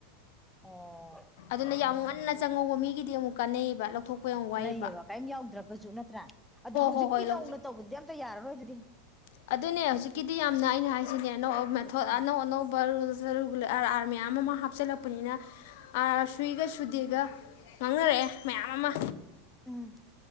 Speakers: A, in the centre; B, on the left.
A: ꯑꯣ
B: ꯑꯗꯨꯅ ꯌꯥꯝ ꯉꯟꯅ ꯆꯪꯉꯧꯕ ꯃꯤꯒꯤꯗꯤ ꯑꯃꯨꯛ ꯀꯥꯟꯅꯩꯌꯦꯕ ꯊꯣꯛꯄ ꯌꯥꯝ ꯋꯥꯏ
A: ꯌꯦꯕ ꯀꯩꯝ ꯌꯥꯎꯗ꯭ꯔꯒꯁꯨ ꯅꯠꯇ꯭ꯔꯥ ꯑꯗꯣ ꯍꯧꯖꯤꯛꯀꯤ
B: ꯍꯣ ꯍꯣꯏ ꯂꯧ
A: ꯅꯧꯅ ꯇꯧꯕꯗꯤ ꯑꯝꯇ ꯌꯥꯔꯔꯣꯏ ꯑꯗꯨꯗꯤ
B: ꯑꯗꯨꯅꯦ ꯍꯧꯖꯤꯛꯀꯤꯗꯤ ꯌꯥꯝꯅ ꯑꯩꯅ ꯍꯥꯏꯁꯤꯅꯦ ꯑꯅ ꯃꯦꯊꫭꯗ
A: ꯑꯥ
B: ꯑꯅꯧ ꯑꯅꯧꯕ ꯔꯨꯜꯁ ꯑꯥꯔ ꯑꯥꯔ ꯃꯌꯥꯝ ꯑꯃ ꯍꯥꯞꯆꯤꯜꯂꯛꯄꯅꯤꯅ ꯑꯥꯔ ꯑꯥꯔ ꯁꯨꯏꯒ ꯁꯨꯗꯦꯒ ꯉꯥꯡꯅꯔꯛꯑꯦ ꯃꯌꯥꯝ ꯑꯃ
A: ꯎꯝ